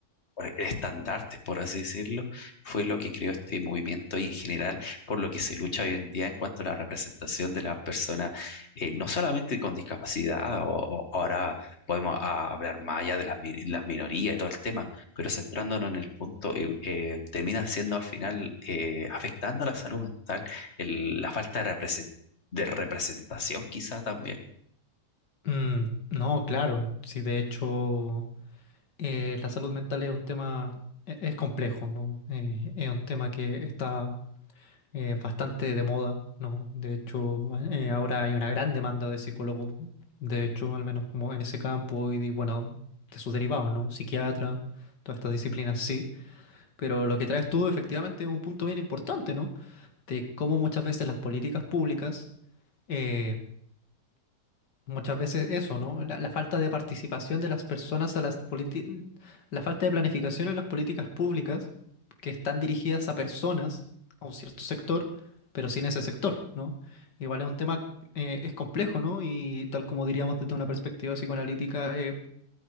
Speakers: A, on the left (about 35°); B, on the left (about 70°).
A: por- estandartes, por así decirlo, fue lo que creó este movimiento y en general por lo que se lucha hoy en día en cuanto a la representación de las personas, eh, no solamente con discapacidad, o, o ahora podemos ah, hablar más allá de las, mi- las minorías y todo el tema, pero centrándonos en el punto, eh, eh, termina siendo al final eh, afectando la salud mental, el- la falta de represen- de representación quizá también.
B: Mm, no, claro, sí, de hecho, eh, la salud mental es un tema, e- es complejo, ¿no? Eh, es un tema que está eh, bastante de moda, ¿no? De hecho, eh, ahora hay una gran demanda de psicólogos, de hecho, al menos como en ese campo, y de, bueno, de sus derivados, ¿no? Psiquiatra, todas estas disciplinas, sí, pero lo que traes tú efectivamente es un punto bien importante, ¿no? De cómo muchas veces las políticas públicas... eh, Muchas veces eso, ¿no? La, la falta de participación de las personas a las políticas, la falta de planificación en las políticas públicas que están dirigidas a personas, a un cierto sector, pero sin ese sector, ¿no? Igual es un tema, eh, es complejo, ¿no? Y tal como diríamos desde una perspectiva psicoanalítica, eh,